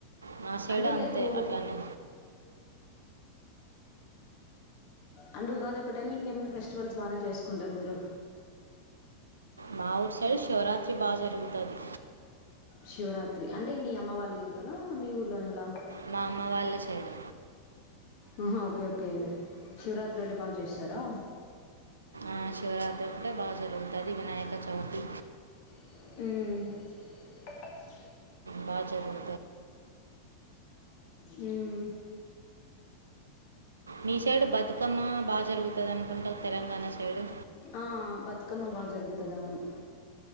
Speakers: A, on the right; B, on the left.
A: మ సైడ్
B: అంటే
A: అంతే
B: లైక్
A: అట్లానే
B: అండ్ ఉగాది ఒకటైనా ఇంకేమనా ఫెస్టివల్స్ బానే చేసుకుంటురు మీరు
A: మా ఊర్ సైడ్ శివరాత్రి బాగా జరుగుతుంది
B: శివరాత్రి అంటే మీ అమ్మ వాళ్ళ ఇంట్లోన మీ ఊర్లోనేలా
A: మా అమ్మ వాళ్ళ సైడు
B: ఆహా ఓకే ఓకే శివరాత్రి ఒకటే బా చేస్తారా
A: ఆ శివరాత్రి ఒకటే బా జరుగుతాది వినాయక చవితి
B: మ్
A: బా చదువు
B: మ్
A: మీ సైడ్ బతుకమ్మ బాగా జరుగుతుంది అనుకుంటా తెలంగాణ సైడు
B: ఆ బతుక్ కమ్మ బా జరుగుతడా అని